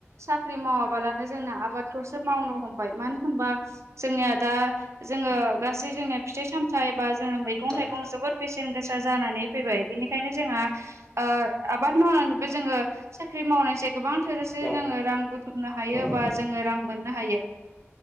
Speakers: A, on the right; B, on the left.
A: साख्रि मावाबालानो जोंनो आबादखौसो मावनो हमबाय मानो होनबा जोंनिया दा जोङो गासै जोंनिया फिथाइ सामथाइ बा जोङो मैगं
B: औ
A: थाइगं जोबोद बेसेन गोसा जानानै फैबाय बेनिखायनो जोंहा ओ आबाद मावनानैबो जोङो साख्रि मावनायनिस गोबां थोजासे
B: नंगौ
A: जोङो रां बुथुनो हायो
B: नोंथां
A: बा जोङो रां मोननो ह